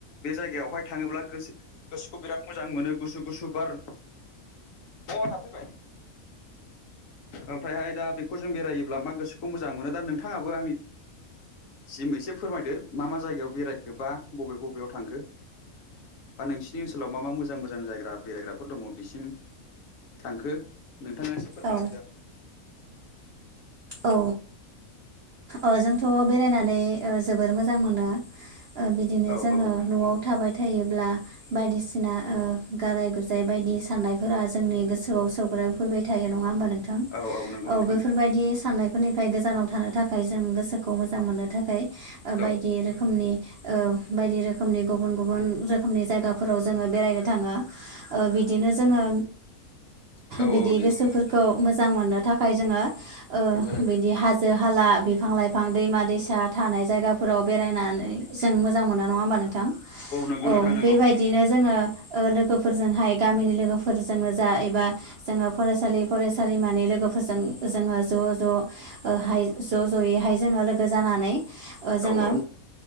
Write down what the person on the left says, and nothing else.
बे जायगायावहाय थाङोब्ला गोसो गोसोखौ बिराद मोजां मोनो गुसु गुसु बार तावारा फैबाय? ओमफ्रायहाय दा बेखौ जों बेरायोब्ला मा गोसोखौ मोजां मोनो दा नोंथाङाबो आंनि। सिम एसे फोरमायदो मा मा जायगायाव बेरायखोबा बबे बबेयाव थांखो। बा नोंसिनि ओनसोलाव मा मा मोजां मोजां जायग्रा बेरायग्राफोर दङ बेसिम। थांखो नोंथाङा एसे फोरमायना
होदो आं।
होदो
आंनो औ नंगौ
नोंथां
औ
औ
औ दे
होमबा दा
नंगौ
नोंथां नंगौ
औ औ